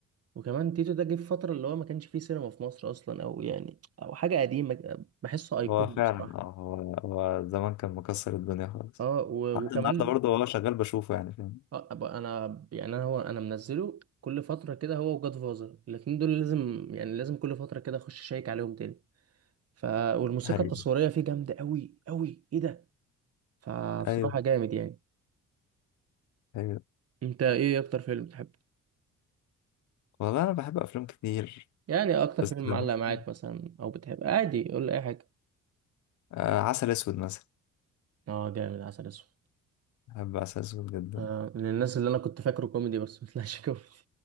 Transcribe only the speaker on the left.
هو فعلا
آه، هو هو زمان كان مكسر الدنيا خالص
حتى
النهارده برضه هو شغال بشوفه يعني فاهم
ايوه
ايوه
ايوه
والله انا بحب افلام كتير
بس
<laughs>
آه عسل اسود مثلا
بحب عسل اسود جدا